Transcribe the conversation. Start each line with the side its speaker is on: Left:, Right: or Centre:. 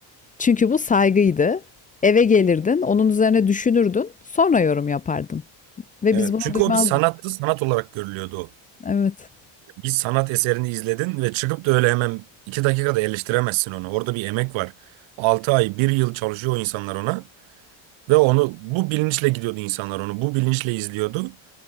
Left: Çünkü bu saygıydı. Eve gelirdin, onun üzerine düşünürdün, sonra yorum yapardın. Ve
Right: Evet.
Left: biz bunu
Right: Çünkü
Left: duymazdık.
Right: o bir sanattı, sanat olarak görülüyordu o.
Left: Evet.
Right: bir sanat eserini izledin ve çıkıp da öyle hemen iki dakikada eleştiremezsin onu. Orada bir emek var. 6 ay, bir yıl çalışıyor o insanlar ona ve onu bu bilinçle gidiyordu insanlar onu. Bu bilinçle izliyordu.